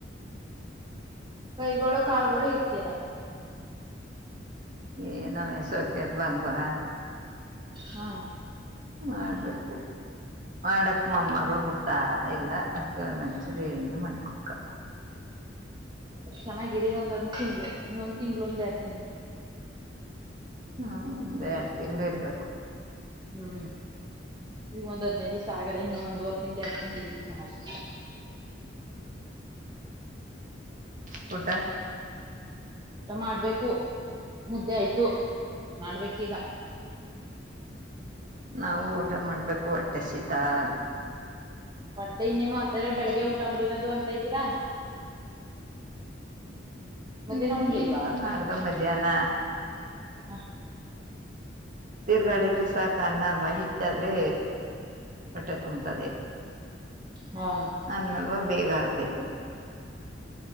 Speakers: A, on the right; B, on the right.
A: ಕೈಗಳು ಕಾಲುಗಳು ಇರ್ತರ
B: ಏ ನ ಮಸೋಕದ ಬಂಗವಾ <unintelligible>
A: ಹಾ
B: ಮಾಡ್ಬೇಕು ಮಾಡಕ್ ಮಮ್ಮಗಳು ಬಿಡ್ತಾ ಇಲ್ಲ ಅದಕ್ಕೆ ಒಂದಂಚೂರಿ ಏನ ಮಾಡಕ <unintelligible>
A: ಚೆನ್ನಾಗಿರಿ ಒಂದ್ಂದ್ ತಿಂಗಗಳು ಇನ್ನೊಂದ್ ತಿಂಗ್ಳ ಒಂದ ಎಡ್ ತಿಂಗ
B: ಹ್ಮ್ ಒಂದೇ ತಿಂಗಳೇ ಇರ್ಬೇಕು
A: ಹ್ಮ್ ಇ ಒಂದ್ ಹದ್ಿನೈದು ದಿವಸ ಆಗದೆ ಇನ್ನುೊಂದ್ುವರ್ ತಿಂಗ್ ಎರಡು ತಿಂಗ್ ಇ ಚೆನ್ನಾಗಿ
B: ಕುಊಟ್ಟೆ
A: ಊಟ ಮಾಡ್ಬೇಕು ಮುದ್ದೆ ಆಯ್ತು ಮಾಡ್ಬೇಕು ಇಗ
B: ನಾವು ಊಟ ಮಾಡ್ಬೇಕ ಹೊಟಸಿತಾದೆ
A: ಮತ್ತೆ ಇನ್ನೇನು ಆತ್ತರ ಬೆಳಗ್ಗೆ ಊಟ ಮಾಡಿರೋದು ಅಂತ ಇದ್ದೀರಾ ಮಧ್ಯಾಹ್ನ
B: ಹ್ಮ್
A: ಉಣ್ಲಿಲ್ವಾ
B: ಊಟ ಮಾಡ್ದ ಮಧ್ಯಾಹ್ನ
A: ಹ
B: ತಿೀರ್ಗಾಳಿದ್ರೆ ಸಾಕ ಅನ್ನಲ್ವಾ ಹಿಟ್ಟಾದ್ರೆ ಮೊಟ್ಟೆ ತುಂಬತದೆ
A: ಹಾ
B: ಅನ್ನಲ್ವಾ ಬೇಗರ್ಗಯ್ತದೆ